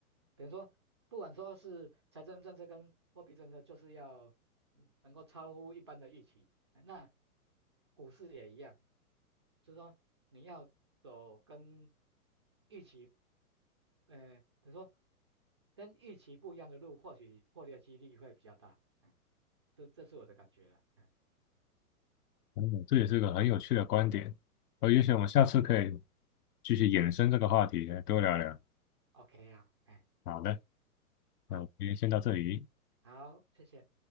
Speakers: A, on the right; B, on the left.
A: 等于说，不管说是财政政策跟货币政策，就是要嗯能够超乎一般的预期。哎那股市也一样，就是说你要走跟预期，呃，等于说跟预期不一样的路，或许获利的几率会比较大。嗯，这这是我的感觉了。哎，
B: 嗯，这也是个很有趣的观点。呃，也许我们下次可以
A: 是啊
B: 继续延伸这个话题，多聊聊。
A: ，OK 啊，哎，
B: 好的，
A: 好，
B: 那我们今天先到这里。
A: 好，谢谢。